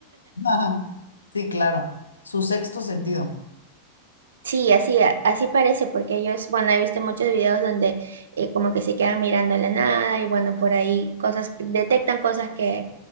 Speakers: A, on the left; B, on the right.
A: <laughs> ajá. Sí, claro. Su sexto sentido.
B: Sí, así, a- así parece, porque ellos, bueno, he visto muchos videos donde eh, como que se quedan mirando a la nada y bueno, por ahí cosas, detectan cosas que,